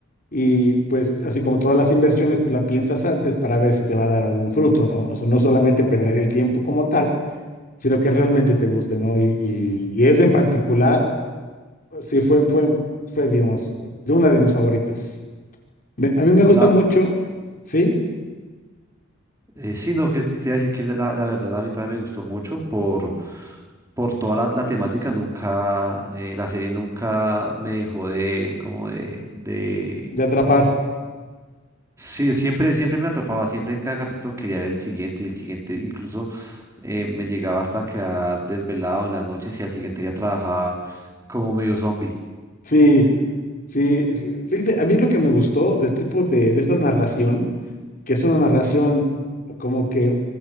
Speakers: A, on the left (about 45°); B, on the right (about 15°).
A: y pues así como todas las inversiones, pues la piensas antes para ver si te va a dar algún fruto, ¿no? O sea, no solamente perder el tiempo como tal, sino que realmente te guste, ¿no? Y, y, y esa en particular, sí fue, fue, fue, digamos, de una de mis favoritas. Me- a mí me gusta
B: La,
A: mucho, ¿sí?
B: eh, sí, no, que, que te iba a decir que la, la- la verdad a mí también me gustó mucho por, por toda la, la temática. Nunca, eh, la serie nunca me dejó de, como de, de...
A: De atrapar.
B: Sí, siempre, siempre me atrapaba, siempre en cada capítulo quería ver el siguiente y el siguiente. Incluso eh, me llegaba hasta quedar desvelado en las noches y al siguiente ya trabajaba como medio zombie.
A: Sí, Sí, fí- fíjate, a mí lo que me gustó del tipo de, de esta narración, que es una narración como que